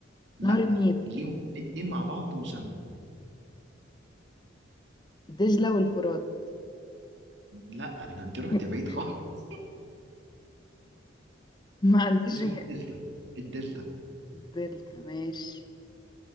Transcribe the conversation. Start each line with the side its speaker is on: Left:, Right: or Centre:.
Right: لا
Left: نهر النيل
Right: ليهم الاتنين مع بعض مسمى
Left: دجلة والفرات
Right: لا ده انت رحت
Left: <laughs>
Right: بعيد خالص <laughs>
Left: ما عنديش
Right: اسمه
Left: إجابة
Right: الدلتا الدلتا
Left: دلتا ماشي